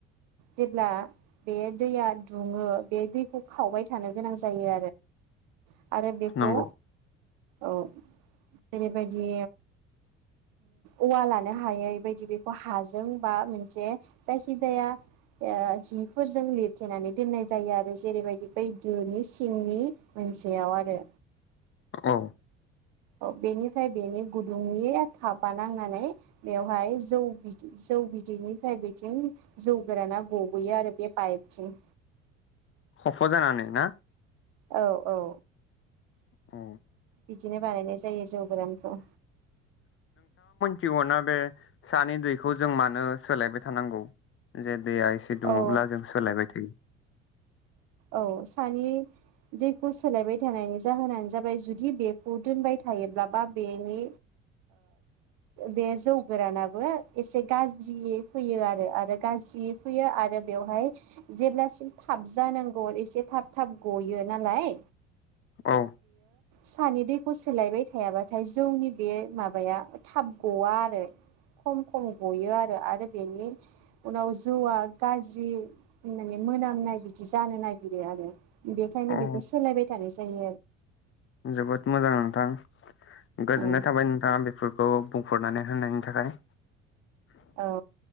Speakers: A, on the right (about 55°); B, on the left (about 35°).
A: जेब्ला बे दैया दुङो बे दैखौ खावबाय थानो गोनां जायो आरो आरो बेखौ
B: नंगौ
A: औ जेरैबायदि उवा लानो हायैबायदि बेखौ हाजों बा मोनसे जायखिजाया ओ हिफोरजों लिरथेनानै दोननाय जायो आरो जेरैबायदि बै दोनि सिंनि मोनसेयाव आरो।
B: औ
A: औ बेनिफ्राय बेनि गुदुंनि थाफा नांनानै बेवहाय जौ बिदै जौ बिदैनिफ्राय बेथिं जौ गोराना गबोयो आरो बे पाइपथिं
B: खफ' जानानै ना
A: औ औ
B: औ
A: बिदिनो बानायनाय जायो जौ गोरानखौ
B: थिगौना बे सानि दैखौ जों मानो सोलायबाय थानांगौ जे दैेया एसे दुङोब्ला
A: औ
B: जों सोलायबाय थायो।
A: औ सानै दैखौ सोलायबाय थानायनि जाहोनानो जाबाय जुदि बेखौ दोनबाय थायोब्ला बा बेनि बे जौ गोरानाबो एसे गाज्रियै फैयो आरो आरो गाज्रियै फैयो आरो बेवहाय जेब्लासिम थाबजानांगौ गो एसे थाब थाब गयो नालाय।
B: औ
A: सानै दैखौ सोलायबाय थायाबाथाय जौनि बे माबाया थाब गवा आरो खम खम गयो आरो आरो बेनि उनाव जौआ गाज्रि माने मोनामनाय बिदि जानो नागिरो आरो। बेखायनो
B: औ
A: बेखौ सोलायबाय थानोसै <unintelligible>
B: जोबोद मोजां नोंथां गोजोननाय
A: औ
B: थाबाय नोंथाङा बेफोरखौ बुंफोर माने होननायनि थाखाय
A: औ